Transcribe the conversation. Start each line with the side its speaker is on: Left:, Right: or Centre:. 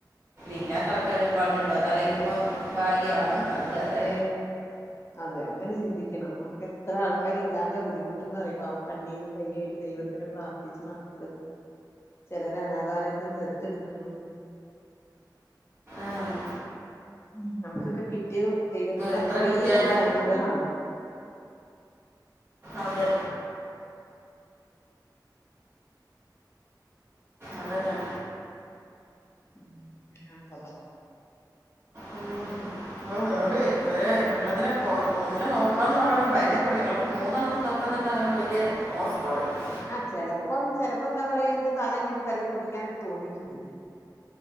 Right: ഇല്ലാത്ത ആൾക്കാര് ഒരുപാട് ഇണ്ട്ട്ടോ അതാലോചിക്കുമ്പോ ഭാഗ്യാണ് അത്
Left: പിന്നെ
Right: വേറെ
Left: അതെ അങ്ങനെ ചിന്തിക്കണം നമുക്ക് എത്ര ആൾക്കാര് ഇല്ലാണ്ടെ ബുദ്ധിമുട്ട്ന്ന് അറിയാം പാവം കണ്ണീരും കയ്യായിട്ട് ദൈവ ത്തിനെ പ്രാർത്ഥിച്ച് നടക്കാ ചെലര് അനാഥാലയത്തിന്ന് ദെത്തെടുക്കുന്നു
Right: ആഹ്
Left: ഉം നമുക്കൊക്കെ കിട്ടിയത് ദൈവത്തിന്റെ
Right: എത്ര
Left: അത്രേം
Right: കിട്ടിയാലും
Left: വല്യ അനുഗ്രഹാണ്
Right: അതെ അതന്നെ
Left: ഉം അങ്ങനെയാണ് കഥ
Right: ഉം <unintelligible> വേം ഇള്ളതിനെ പോ ഒന്നിനെ നോക്കാന്ന് പറേണത് ഭയങ്കര പണിയാ ഇങ്ങൾക്ക് മൂന്നെണ്ണത്തിനെ നോക്കാന്ന് പറഞ്ഞാ വല്യ ഓസ്‌ക്കാറ് തെരും
Left: ആഹ് ചെലപ്പം ചെലപ്പോ എന്താ പറയാ എന്റെ തല എനിക്ക് തല്ലി പൊട്ടിക്കാനൊക്കെ തോന്നിട്ടുണ്ട്